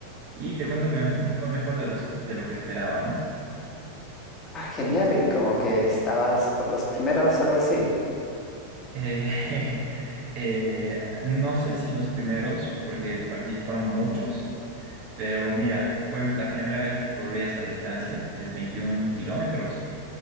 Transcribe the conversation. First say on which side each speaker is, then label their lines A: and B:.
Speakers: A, on the right; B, on the left.
A: y te cuento que me, me fue mejor de, los, de lo que esperaba, ¿no?
B: ah, genial, y como que estabas por los primeros, algo así.
A: Eh, <laughs> eh, no sé si en los primeros, porque participaron muchos Pero mira, fue la primera vez que corrí esa distancia, que es 21 kilómetros.